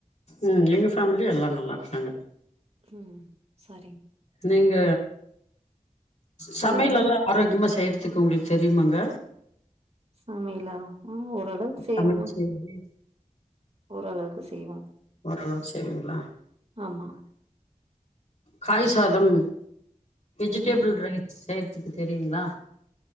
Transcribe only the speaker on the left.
ம் எங்க ஃபேமிலி எல்லா நல்லா இருக்காங்க
நீங்க சமையலல்லா
ஆரோக்கியமா செ செய்றதுக்கு உங்களுக்கு தெரியுமாங்க
சமையல் செய்றது
ஓரளவுக்கு செய்விங்களா
காய் சாதம் வெஜிடேபிள்
ரைஸ் செய் த்துக்கு தெரியுங்ளா